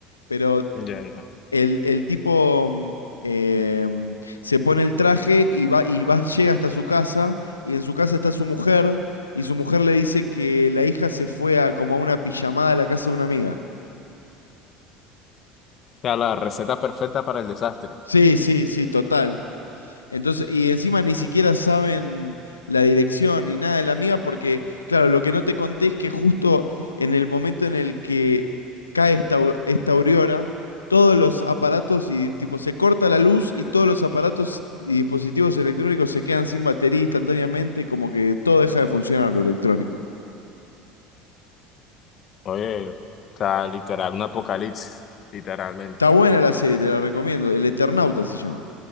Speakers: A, on the left (about 80°); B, on the left (about 40°).
A: Pero
B: Ya, ya. O
A: el, el tipo mm, eh, se pone el traje y va, y va, llega hasta su casa, y en su casa está su mujer, y su mujer le dice que la hija se fue a como a una pijamada a la casa de una amiga.
B: sea, la receta perfecta para el desastre.
A: Sí, sí, sí, total. Entonces, y encima ni siquiera saben la dirección ni nada de la mía, porque, claro, lo que no te conté es que justo en el momento en el que cae esta, au- esta aurora, todos los aparatos y tipo se corta la luz y todos los aparatos y dispositivos electrónicos se quedan sin batería instantáneamente, y como que todo deja de funcionar lo electrónico.
B: Oye, o sea, literal, un apocalipsis, literalmente,
A: Está buena la serie, te la recomiendo. El Eternauta se llama.